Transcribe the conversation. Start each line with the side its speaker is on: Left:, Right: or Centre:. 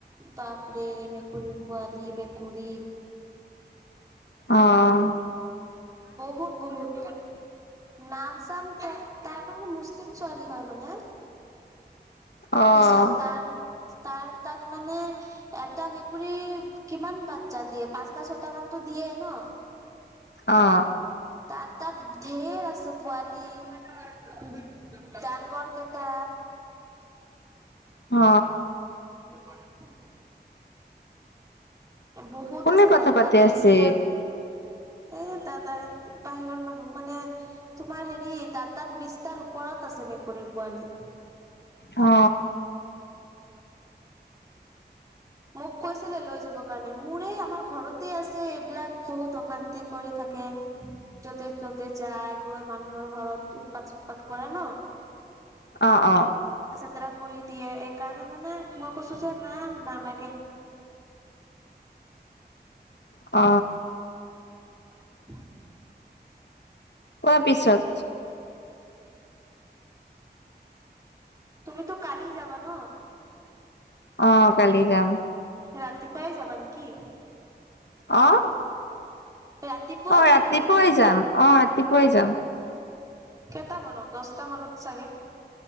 Right: বাপৰে মেকুৰী পোৱালি মেকুৰী।
Left: আহ।
Right: বহুত বহুত নাম চাম তাৰপ <unintelligible> চিম ছোৱালী হয় মানে।
Left: অ'
Right: পিছত তাৰ তাৰ তাত মানে এটা মেকুৰী কিমান বাচ্ছা দিয়ে পাঁচটা ছটা মানতো দিয়ে ন।
Left: আহ,
Right: তাত তাত ঢেৰ আছে পোৱালি ডাঙৰ কেইটা <inaudible>
Left: অ,
Right: <inaudible> বহুত
Left: কোনে
Right: আছে
Left: কথা
Right: তাত
Left: পাতি
Right: তাত
Left: আছে
Right: বিস্তাৰ এ দ তাই বাহিৰৰ মানুহ মানে তোমাৰ হেৰি তাত তাত বিছ তাৰ ওপৰত আছে মেকুৰীৰ পোৱালি
Left: অ।
Right: মোক কৈছিলে লৈ যাব কাৰণে মোৰে আমাৰ ঘৰতে আছে এইবিলাক বহুত অশান্তি কৰি থাকে। য'তে ত'তে যায় গৈ মানুহৰ ঘৰত উৎপাত চুটপাত কৰে ন।
Left: অ অ।
Right: যা কৰি দিয়ে এইকাৰণে মানে মই কৈছো যে না নালাগে
Left: অ
Right: <inaudible>
Left: কোৱাৰ পিছত
Right: তুমিতো কালি যাবা ন
Left: অ কালি যাম
Right: ৰাতিপুৱাই যাবা নেকি?
Left: আহ
Right: ৰাতিপুৱাই
Left: অ ৰাতিপুৱাই
Right: যাবা নেকি?
Left: যাম অ ৰাতিপুৱাই যাম।
Right: কেইটামানত দহটা মানত চাগে।